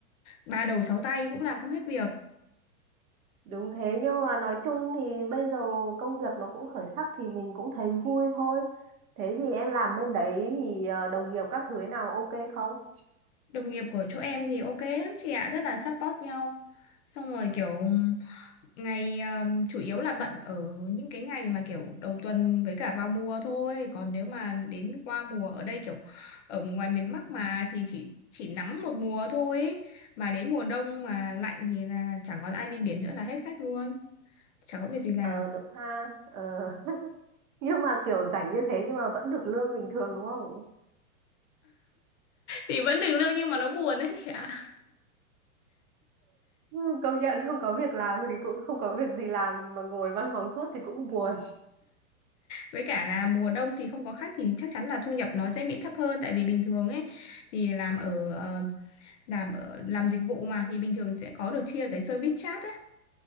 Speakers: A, on the left; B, on the right.
A: ba đầu sáu tay cũng làm không hết việc.
B: đúng thế nhưng mà nói chung thì bây giờ công việc nó cũng khởi sắc thì mình cũng thấy vui thôi. Thế thì em làm bên đấy thì ờ, đồng nghiệp các thứ thế nào ok không?
A: Đồng nghiệp của chỗ em thì ok lắm chị ạ, rất là support nhau. Xong rồi kiểu ngày um, chủ yếu là bận ở những cái ngày mà kiểu đầu tuần với cả vào mùa thôi. Còn nếu mà đến qua mùa ở đây kiểu ở ngoài miền Bắc mà thì chỉ chỉ nắng một mùa thôi ấy. Mà đến mùa đông mà lạnh thì là chẳng còn ai đi biển nữa là hết khách luôn. Chẳng có việc gì làm.
B: Ờ đúng ha. Ờ. <laughs> Nhưng mà kiểu rảnh như thế nhưng mà vẫn được lương bình thường đúng không?
A: thì vẫn được lương nhưng mà nó buồn đấy chị ạ
B: Ừ, công nhận không có việc làm thì cũng không có việc gì làm mà ngồi văn phòng suốt thì cũng buồn
A: với cả là mùa đông thì không có khách thì chắc chắn là thu nhập nó sẽ bị thấp hơn tại vì bình thường ấy thì làm ở ờ, làm ở làm dịch vụ mà thì bình thường sẽ có được chia cái service charge á